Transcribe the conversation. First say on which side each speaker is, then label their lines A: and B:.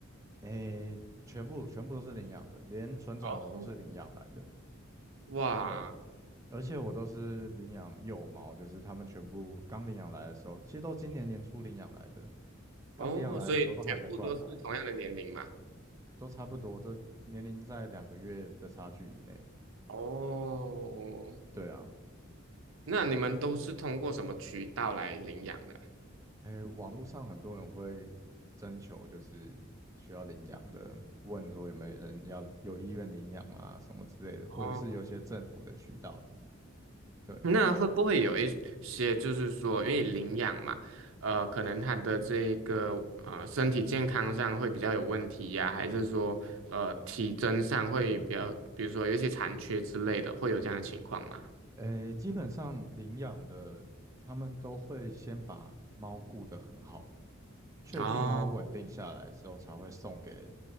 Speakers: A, on the right (about 15°); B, on the right (about 70°).
A: 哎，全部全部都是领养的，连纯种的都是领养来的。
B: 哦，哇，
A: 对，而且我都是领养幼猫，就是他们全部刚领养来的时候，其实都今年年初领养来的，刚领养来的时候都还没断奶啊
B: 哦，所以全部都是同样的年龄嘛？
A: 都差不多，这年龄在两个月的差距以内。
B: 哦，
A: 对啊，
B: 那你们都是通过什么渠道来领养的啊
A: 诶，网络上很多人会征求，就是需要领养的，问说有没有人要有意愿领养啊什么之类的，或者是有些政府的渠道，
B: 哦，
A: 对，
B: 那会不会有一些就是说，因为领养嘛，呃，可能他的这个呃身体健康上会比较有问题呀、还是说呃体征上会比较，比如说有一些残缺之类的，会有这样的情况吗？
A: 诶，基本上领养的他们都会先把猫顾得很好。确定猫稳定下来之后，
B: 哦，
A: 才会送给，